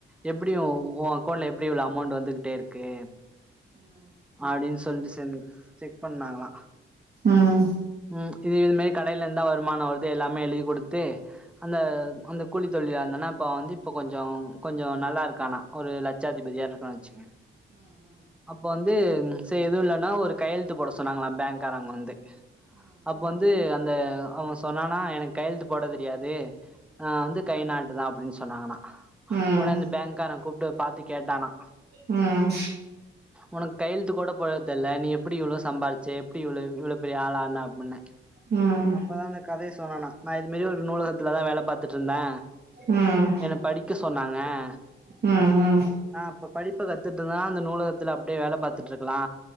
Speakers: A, in the centre; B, on the right.
A: எப்பிடியு உவாங் கவுன்ட்ல எப்டி இவ்ளோ அமௌண்ட் வந்துகிட்டே இருக்கு அப்டின் சொல்ட்டு டென் செக் பண்ணாங்களா
B: ம்
A: ம் இது இதுமே கடைல இந்தா வருமான வருது எல்லாமே எழுதி கொடுத்து அந்த அந்த கூலிப் சொல்லி அந்தண்ணா இப்ப வந்து இப்ப கொஞ் சோ கொஞ்சோ நல்லா இருக்கானா ஒரு லட்சத் திபதியா இருக்கா வெச்சுகங்கே அப்போ வந் துனா செ எதுவு இல்லனா ஒரு கையெழுத்து போட சொ சொன்னாங்களா பேங்க் காரங் வந்து அப் வந்து அந் ந்த அவ சொன்னானா எனக் கையெழுத் போட தெரியாது ஆ வந்து கை நாட்டுதா அப்டின் சொ சொன்னானா
B: ம்
A: ஒனே
B: ம்
A: அந்த பாங்க்கார கூப்ட்ட பாத்து கேட்டானா
B: ம்
A: உனக்கு கையழுத்து கூட போட தெர்ல்ல நீ எப்புடி இவ்வளோ சம்பால்ச்ச எப்புடி இவ்வளோ இவ்வளோ பெரிய ஆள் ஆ ண்ணா அப்புட்னே
B: ம்
A: அப்பதா அந்த கதையை சொன்னனா நா இது மாரி ஒரு நூலகத்துலதா வேல பாத்துட்ருந்தே
B: ம்
A: என்ன படிக்க ஸ் சொன்னாங்க அ
B: ம் ம்
A: நா அப்ப படிப்ப கத் தெர்துங்க அந்த நூலகத்துல அப்டே வேல பாத்துட்ருக் குலா